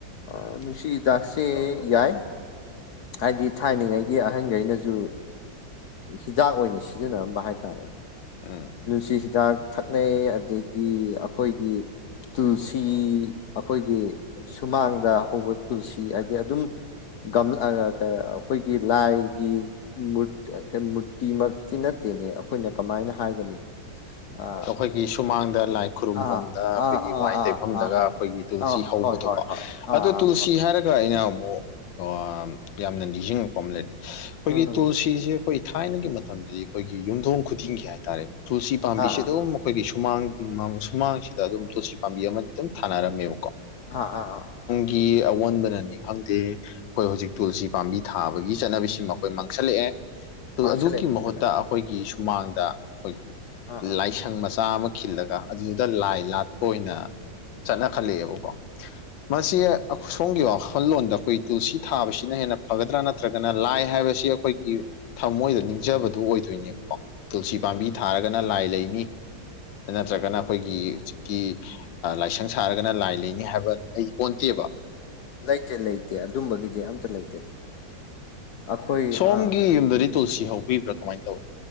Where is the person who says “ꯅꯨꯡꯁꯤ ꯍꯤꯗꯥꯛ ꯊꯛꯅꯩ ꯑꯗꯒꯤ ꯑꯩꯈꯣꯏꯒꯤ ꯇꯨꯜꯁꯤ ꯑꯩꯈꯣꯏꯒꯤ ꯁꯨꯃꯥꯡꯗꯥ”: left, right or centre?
Left